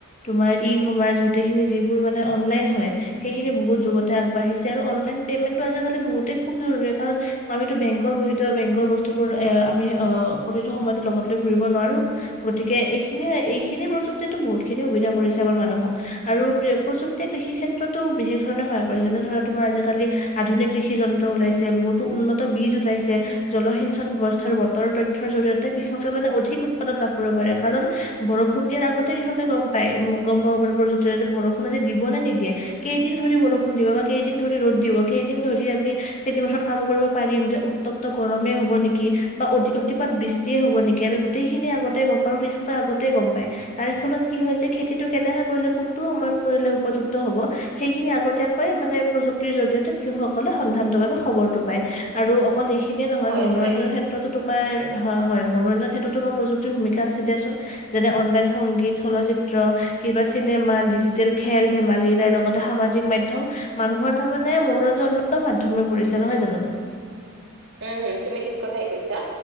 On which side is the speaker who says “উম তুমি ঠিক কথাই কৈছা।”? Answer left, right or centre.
Right